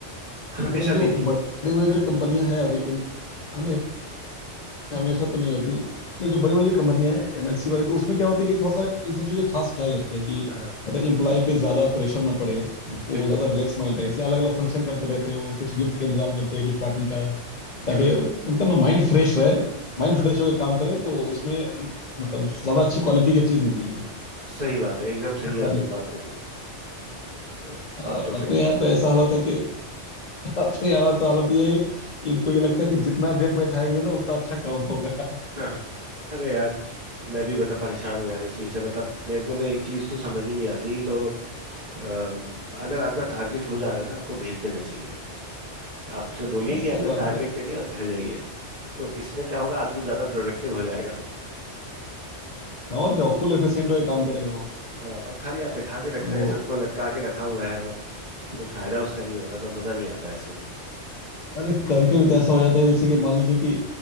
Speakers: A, on the right; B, on the left.
A: हमेशा
B: मतलब जो
A: भी नहीं
B: बड़ी बड़ी
A: हाँ
B: जो कंपनियां हैं अभी एम- हाँ नहीं हमेशा तो नहीं होती नहीं जो बड़ी बड़ी जो कंपनियां हैं एमएनसी वाली तो उसमें क्या होती है कि थोड़ा सा इन सब चीज़ों का खास ख्याल रखते हैं कि
A: हाँ
B: मतलब इम्प्लॉय पे ज्यादा प्रेशर ना पड़े
A: बिल्कुल
B: वो ज्यादा रिलैक्स माइंड रहे इसलिए अलग अलग फंक्शन करते रहते हो कुछ गिफ्ट का इंतजाम करते हैं कुछ पार्टी का ताकि
A: हाँ
B: उनका ना माइंड फ्रेश रहे माइंड
A: हाँ
B: फ्रेश होकर काम करे तो उसमें मतलब ज्यादा अच्छी क्वालिटी की चीज निकलेगी
A: सही बात है एकदम सही
B: <laughs>
A: आपने बात बोली है हाँ, बात
B: और
A: तो सही
B: अपने
A: है
B: यहाँ तो ऐसा हालत है कि अपने यहाँ तो हालत ये है इनको ये लगता है कि जितना देर बैठाएंगे ना उतना अच्छा काम होगा <laughs>
A: <laughs> हाँ, अरे यार मैं भी बड़ा परेशान हूँ यार इस चीज से मतलब मेरे को तो एक चीज तो समझ ही नहीं आती तो अम, अगर आपका टारगेट हो जा रहा है ना आपको भेज देना चाहिए आपसे बोलिए
B: हाँ
A: कि
B: सही
A: अपना
B: बात
A: टारगेट
B: है भाई
A: करिए और घर जाइए तो इसमें क्या होगा आदमी ज्यादा प्रोडक्टिव हो जाएगा
B: हाँ, और क्या फुल एफिशिएंट होकर काम करेगा वो
A: हाँ, अब खाली आप बिठा के रख
B: अब
A: रहे
B: वो
A: हैं सबको लटका के रखा हुआ है और कोई फायदा उसका नहीं हो रहा तो मजा नहीं आता है ऐसे में
B: अरे कभी कभी तो ऐसा हो जाता है जैसे कि मान लीजिए कि